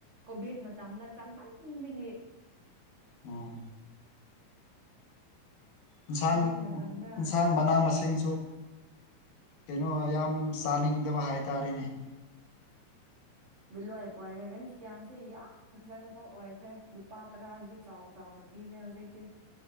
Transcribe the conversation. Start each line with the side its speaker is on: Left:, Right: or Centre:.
Right: ꯀꯣꯚꯤꯠ ꯃꯇꯝꯗ ꯆꯃꯟꯕꯒꯤ
Left: ꯎꯝ ꯌꯦꯟꯁꯥꯡ
Right: ꯀꯣꯚꯤꯠ ꯃꯇꯝꯗ
Left: ꯌꯦꯟꯁꯥꯡ ꯃꯅꯥ ꯃꯁꯤꯡꯁꯨ ꯀꯩꯅꯣ ꯌꯥꯝ ꯆꯥꯅꯤꯡꯗꯕ ꯍꯥꯏꯇꯥꯔꯦꯅꯦ
Right: ꯕꯤꯜꯂꯋꯥ ꯄꯥꯏꯈꯒꯅꯤ ꯍꯤꯌꯥꯡꯁꯦ ꯌꯥꯝ ꯂꯥꯏ ꯂꯨꯥꯏ ꯑꯣꯏꯈ꯭ꯔꯦ ꯂꯨꯄꯥ ꯇꯔꯥꯒꯤꯁꯨ ꯆꯥꯎ-ꯆꯥꯎꯅ ꯄꯤꯈ꯭ꯔꯦ ꯍꯧꯖꯤꯛꯇꯤ